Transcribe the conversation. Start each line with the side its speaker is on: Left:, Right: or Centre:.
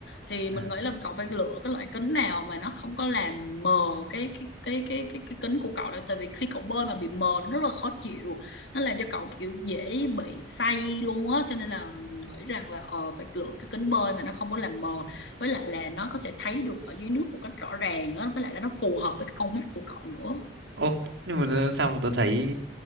Left: thì
Right: Ừ.
Left: mình nghĩ là cậu phải lựa cái loại kính nào mà nó không có làm mờ cái cái cái cái cái, cái kính của cậu nữa tại vì khi cậu bơi mà bị mờ nó rất là khó chịu nó làm cho cậu kiểu dễ bị say luôn á cho nên là mình nghĩ rằng là ờ phải lựa cái kính bơi mà nó không có làm mờ với lại là nó có thể thấy được ở dưới nước một cách rõ ràng á với lại là nó phù hợp với cái con mắt của cậu nữa
Right: Ô, nhưng mà tớ- sao tôi thấy